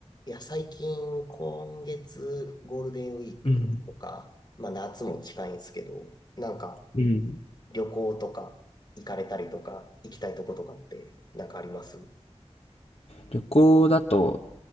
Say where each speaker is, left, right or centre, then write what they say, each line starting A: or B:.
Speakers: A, on the left; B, on the left.
A: いや、最近、今月、ゴールデンウィークとか、
B: うん。
A: まあ夏も近いんですけど、なんか
B: うん。
A: 旅行とか行かれたりとか、行きたいとことかってなんかあります
B: 旅行だと、